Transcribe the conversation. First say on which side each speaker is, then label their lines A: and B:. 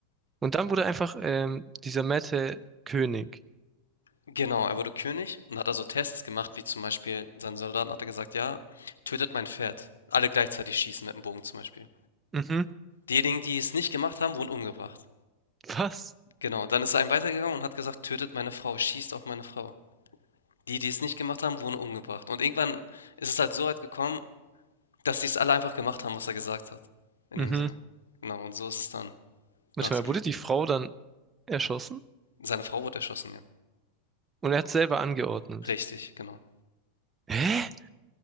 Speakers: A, on the right; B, on the left.
A: Und dann wurde einfach ähm, dieser Mette König.
B: Genau, er wurde König und hat also Tests gemacht, wie zum Beispiel seinen Soldaten hat er gesagt, ja, tötet mein Pferd. Alle gleichzeitig schießen mit dem Bogen zum Beispiel.
A: Mhm.
B: Diejenigen, die es nicht gemacht haben, wurden umgebracht.
A: Was?
B: Genau, dann ist er einen weitergegangen und hat gesagt: „Tötet meine Frau, schießt auf meine Frau.“ Die, die es nicht gemacht haben, wurden umgebracht. Und irgendwann ist es halt so weit gekommen, dass die es alle einfach gemacht haben, was er gesagt hat. In
A: Mhm.
B: dem Sinne. Genau, und so ist es dann
A: Warte
B: nach
A: mal,
B: ihm.
A: wurde die Frau dann erschossen?
B: Seine Frau wurde erschossen, ja.
A: Und er hat selber angeordnet.
B: Richtig, genau.
A: Hä?